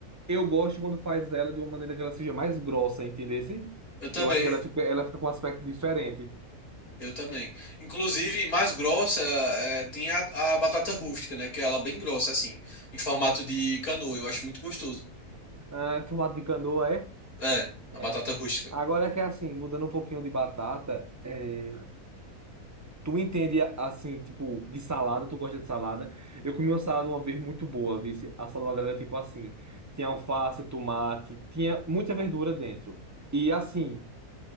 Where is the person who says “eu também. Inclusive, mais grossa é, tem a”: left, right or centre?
Left